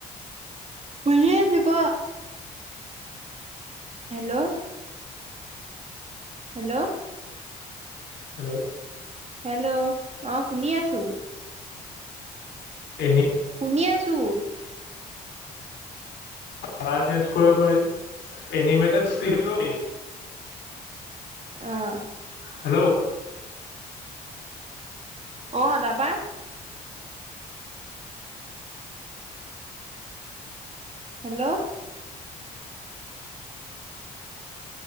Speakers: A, on the right; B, on the left.
A: শুনি আছো ক হেল্ল' হেল্ল'
B: হেল্ল'
A: হেল্ল' অ শুনি আছো
B: এনে
A: শুনি আছো।
B: কালাৰ চেঞ্জ কৰিব পাৰি। এনিমেটড ষ্টিক দিব পি
A: আহ
B: হেল্ল'
A: অ দাদা হেল্ল'